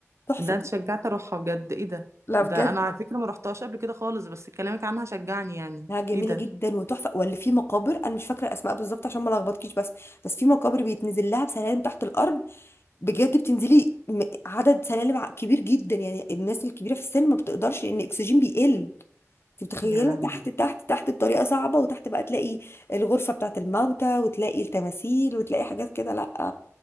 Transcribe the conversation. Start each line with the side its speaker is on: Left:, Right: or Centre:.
Left: تحفه
Right: ده انت شجعت اروحها بجد ايه ده
Left: لا
Right: ده
Left: بجد
Right: انا على فكره ما روحتهاش قبل كده خالص بس كلامك عنها شجعني يعني
Left: لا جميله
Right: ايه ده
Left: جدا وتحفه ولا في مقابر انا مش فاكره الاسماء بالظبط عشان ما لخبطكيش بس بس في مقابر بيتنزل لها بسلالم تحت الارض بجد بتنزلي م- عدد سلالم ع- كبير جدا يعني الناس الكبيره في السن ما بتقدرش لان الاكسجين بيقل انت متخيله
Right: يا لهوي
Left: تحت تحت تحت بطريقه صعبه وتحت بقى تلاقي الغرفه بتاعه الموتى وتلاقي التماثيل وتلاقي حاجات كده لا